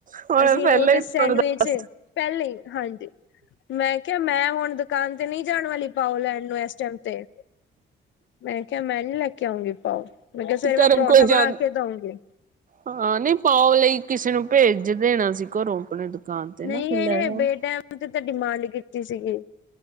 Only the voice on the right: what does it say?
ਪਹਿਲਾਂ
ਹੀ
ਤੁਹਾਨੂੰ ਦੱਸ
ਧਰਮ
ਕੋਈ
ਜਾਣ
ਹਾਂ ਨਈ ਪਾਓ ਲਈ ਕਿਸੇ ਨੂੰ ਭੇਜ ਦੇਣਾ ਸੀ। ਘਰੋਂ ਆਪਣੇ ਦੁਕਾਨ ਤੇ ਨਾ
ਫਿਰ
ਲੈ
ਜਾਣ